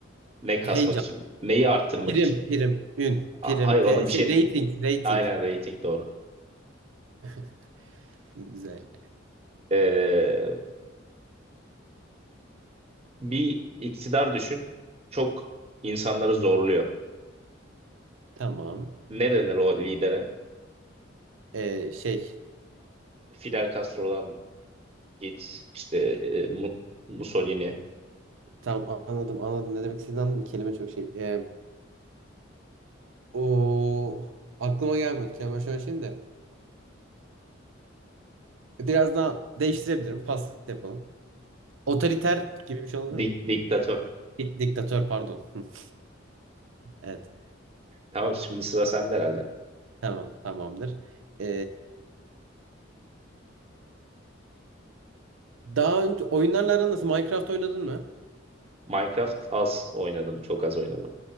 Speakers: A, on the right; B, on the right.
A: Ne kasmak
B: Heyecan.
A: için? Neyi arttırmak
B: Prim,
A: için?
B: prim, ün,
A: A-
B: prim,
A: Hayır
B: e,
A: ona
B: şey
A: bir şey
B: rating, rating.
A: aynen rating doğru.
B: <laughs> Güzel.
A: Ee, bir iktidar düşün. Çok insanları zorluyor.
B: Tamam.
A: Ne denir o lidere?
B: E, şey,
A: Fidel Castro'dan git işte e, Mu- Mussolini
B: tam anladım, anladım. Ne demek istediğini anladım. Kelime çok şey. E, o aklıma gelmiyordu. Kelime şöyle şeyim de. Biraz daha değiştirebilirim. Pas yapalım. Otoriter gibi bir şey olabilir
A: dik
B: mi?
A: diktatör.
B: Dik- Diktatör, pardon. <laughs> Evet.
A: Tamam şimdi sıra sende herhalde.
B: Tamam, tamamdır. E, Daha önce oyunlarla aran nasıl? Minecraft oynadın mı?
A: Minecraft az oynadım, çok az oynadım.